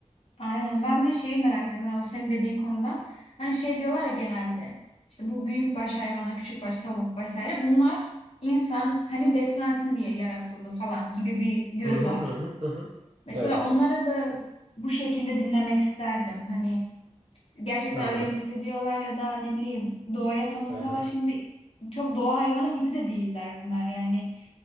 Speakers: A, on the left; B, on the right.
A: Aynen. Ben bir de şeyi merak ediyorum. Yani o senin dediğin konudan. Hani şey diyorlar ya genelde. İşte bu büyükbaş hayvanlar, küçükbaş tavuk vesaire. Bunlar insan hani beslensin diye yaratıldı falan gibi bir görü
B: Hı hı
A: var.
B: hı hı hı. hı.
A: Mesela
B: Evet.
A: onları da bu şekilde dinlemek isterdim. Hani gerçekten
B: Hı hı
A: öyle mi hissediyorlar ya da ne bileyim doğaya sanılsalar
B: hı hı.
A: şimdi çok doğa hayvanı gibi de değiller bunlar yani.